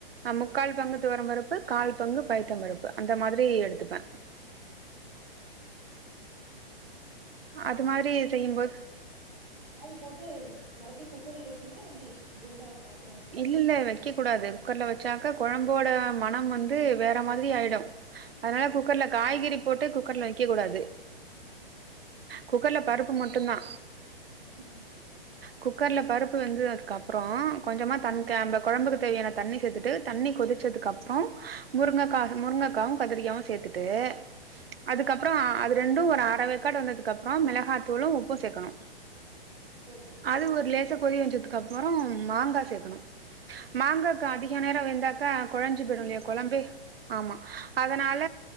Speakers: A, on the right; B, on the right.
A: முக்கால் பங்கு துவரம் பருப்பு கால் பங்கு பைத்தம் பருப்பு அந்த மாதிரி எடுத்துப்பே
B: அந்த மாரி எடுத்துக்கோங்க ஆ
A: அது
B: அப்போ
A: மாரி செய்யும் போது
B: காய் போட்டு மறுபடியு குக்கர்ல வைக்கனுமா எப்டி குண்டா பாத்
A: இல்ல வைக்க கூடாது குக்கர்ல வச்சாக்க குழம்போட மனம் வந்து வேற மாதிரி ஆயிடு அதனால குக்கர்ல காய்கறி போட்டு குக்கர்ல வைக்க கூடாது
B: ஆ
A: குக்கர்ல பருப்பு மட்டுதா
B: உம்
A: குக்கர்ல பருப்பு வெந்துதுக்கு அப்றோ கொஞ்சமா தக்க குழம்புக்கு தேவையான தண்ணி சேத்துட் டு தண்ணி கொதிச்சதுக்கப்றோ முருங்கா அது முருங்காவு கத்திரிக்காவு சேத்துட்டு அதுக்கப்றோ அது ரெண்டு ஒரு அறவேக்காடு வந்ததுக்கு அப்புறோ மிளகாயத்தூளு உப்பு சேக்கணு
B: ஓ சரி
A: அது ஒரு
B: சரி
A: லேச கொதி வச்சதுக்கு அப்றோ மாங்கா சேக்கணு மாங்காக்கு
B: ஆ
A: அதிக நேரோ வெந்தாக்கா கொழஞ்சு
B: கொலஞ்சிரு
A: போயிடு இல்லையா கொழம்பு ஆமா அதனால